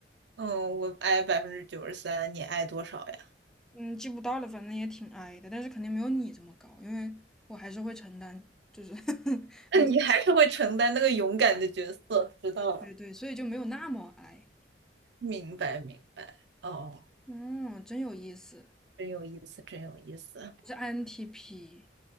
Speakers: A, on the right; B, in the centre.
A: 嗯，我 I 百分之九十三，你 I 多少呀？
B: 嗯，记不到了，反正也挺矮的，但是肯定没有你这么高，因为我还是会承担，就是
A: <laughs>
B: <laughs>
A: 那你还是会承担那个勇敢的角色，知道了，
B: 对对，所以就没有那么矮。
A: 明白明白。哦，
B: 嗯，真有意思，
A: 真有意思，真有意思。
B: 我是 INTP。